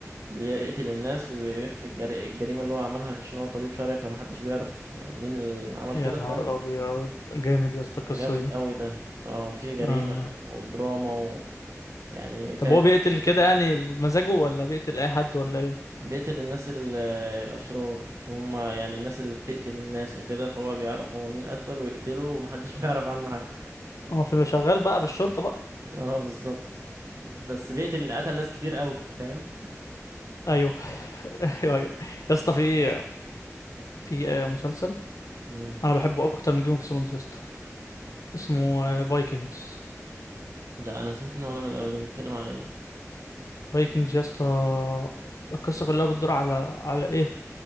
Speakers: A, on the right; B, on the left.
A: بيقتل الناس ويخفي الجر... الجريمة اللي هو عملها عشان هو طبيب شرعي فمحدش بيعرف مين اللي عمل
B: يا
A: كده
B: نهار
A: فاهم
B: ابيض جامد يا اسطى القصه
A: جامد
B: دي
A: قوي ده اه في جريمة
B: آه.
A: ودراما و... يعني
B: طب
A: فاجر
B: هو بيقتل كده يعني بمزاجه ولا بيقتل اي حد ولا ايه
A: بيقتل الناس ال... الأشرار اللي هم يعني الناس اللي بتقتل الناس وكده فهو بيعرف هو مين قتل ويقتله ومحدش <laughs> بيعرف عنه حاجة
B: هو في شغال بقى في الشرطه بقى
A: اه بالظبط بس بيقتل قتل ناس كتير قوي فاهم
B: ايوه <laughs> ايوه ايوه يا اسطى في في آه، مسلسل
A: مم.
B: انا بحبه اكتر من جيم اوف ثرونز يا اسطى اسمه فايكنجز
A: ده انا سمعت ان هو جامد قوي ده بيتكلم على ايه
B: فايكنجز يا اسطى القصه كلها بتدور على على ايه